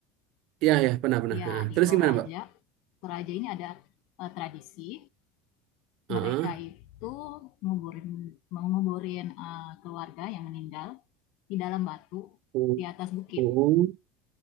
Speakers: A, on the right; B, on the left.
A: ya ya pernah pernah
B: Iya,
A: Ah,
B: di
A: terus
B: Toraja.
A: gimana pak
B: Toraja ini ada eh, tradisi.
A: Heeh.
B: Mereka itu nguburin, menguburin eh, keluarga yang meninggal di dalam batu,
A: Oh,
B: di atas bukit.
A: oh.